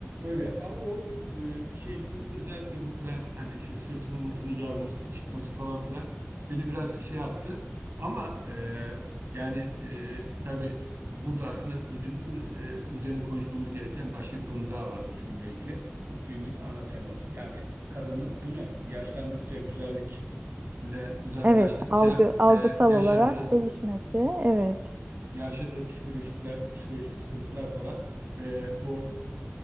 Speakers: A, on the right; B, on the right.
A: Öyle ama o e, şey bu özellikle bu ben hani şu sırtını mırtını yarması, çıkması falan filan beni biraz şey yaptı. Ama e, yani e, tabii burada aslında bizim e, e, üzerine konuşmamız gereken başka bir konu daha var bu filmle ilgili. Bu filmin ana teması yani kadının değil mi? Yaşlandıkça güzellikle uzaklaştıkça
B: Evet, algı algısal
A: e, yaşadığı
B: olarak değişmesi. Evet.
A: yaşadığı psikolojikler, psikolojik sıkıntılar falan e, o